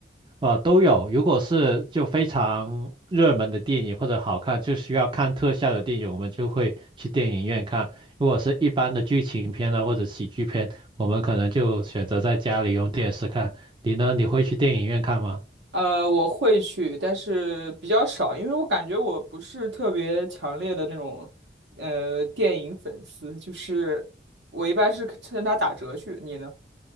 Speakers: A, on the right; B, on the right.
A: 呃，都有。如果是就非常热门的电影或者好看，就需要看特效的电影，我们就会去电影院看。如果是一般的剧情片呢，或者喜剧片，我们可能就选择在家里用电视看。你呢？你会去电影院看吗？
B: 呃，我会去，但是比较少，因为我感觉我不是特别强烈的那种，呃，电影粉丝，就是我一般是趁它打折去。你呢？